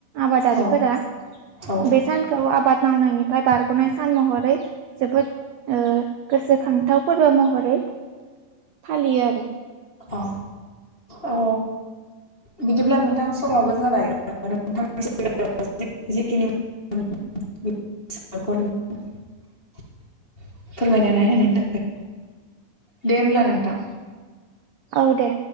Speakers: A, on the right; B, on the left.
A: आबादारिफोरा
B: औ औ
A: बे सानखौ आबाद मावनायनिफ्राय बारग'नाय सान महरै जोबोद ओ गोसोखांथाव फोरबो महरै फालियो आरो।
B: अ औ बिदिब्ला नोंथां समाबो जाबाय <unintelligible> <unintelligible> फोरमायनानै होनायनि थाखाय दे होमब्ला नोंथां।
A: औ दे।